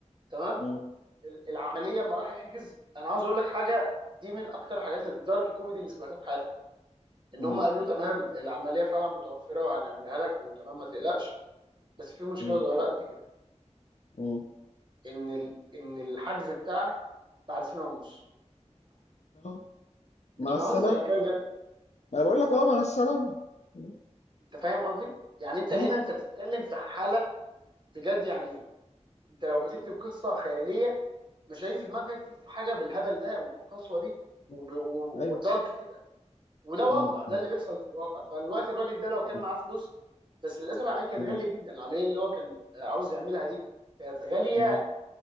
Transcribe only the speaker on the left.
م-
م-
م-
م-
م.
مع السلامه
ما انا بقول لك اه مع السلامه م-
م-
م.
ايوه
م-
م-
م-
م-
م.